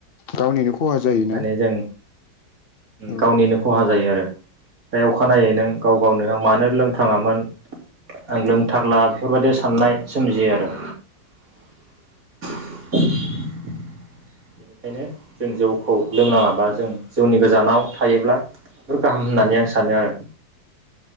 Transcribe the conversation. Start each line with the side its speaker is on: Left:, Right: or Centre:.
Left: गावनिनो खहा जायोना
Right: माने जों
Left: औ
Right: गावनिनो खहा जायो आरो ओम अखानायै नों गाव गावनो आं मानो लोंफ्राङामोन आं लोंथारला बेफोरबायदि साननाय सोमजियो आरो <inaudible> बेनिखायनो जों जौखौ लोंनाङाबा जों जौनि गोजानाव थायोब्ला बेफोर गाहाम होननानै आं सानो आरो